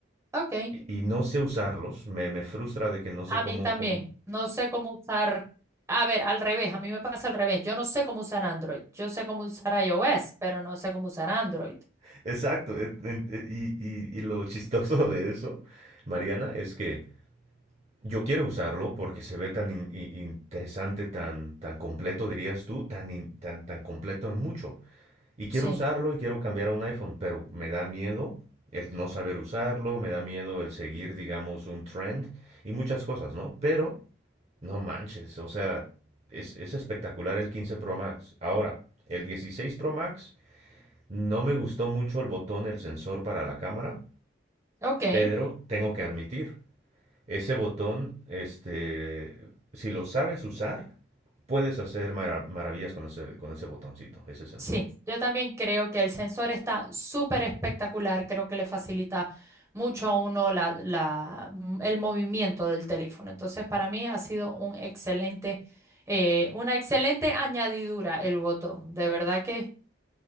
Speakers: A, on the right; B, on the right.
A: ok.
B: y, y no sé usarlos, me, me frustra de que no sé
A: A
B: cómo,
A: mí también.
B: cómo...
A: No sé cómo usar. A ver, al revés, a mí me pasa al revés. Yo no sé cómo usar Android. Yo sé cómo usar iOS, pero no sé cómo usar Android.
B: <laughs> Exacto, en- en- eh, y, y- y lo <laughs> chistoso de eso, Mariana, es que yo quiero usarlo porque se ve tan in- in- interesante, tan, tan completo, dirías tú, tan, in- tan, tan completo en mucho. Y quiero
A: Sí,
B: usarlo y quiero cambiar a un iPhone, pero me da miedo el no saber usarlo, me da miedo el seguir, digamos, un trend y muchas cosas, ¿no? Pero, no manches, o sea, es, es espectacular el 15 Pro Max. Ahora, el 16 Pro Max, no me gustó mucho el botón, el sensor para la cámara,
A: ok.
B: pero tengo que admitir, ese botón, este, si lo sabes usar, puedes hacer mara- maravillas con ese, con ese botoncito, ese sensor.
A: Sí, yo también creo que el sensor está súper espectacular. Creo que le facilita mucho a uno la, la- mm, el movimiento del teléfono. Entonces, para mí ha sido un excelente, eh, una excelente añadidura el botón. De verdad que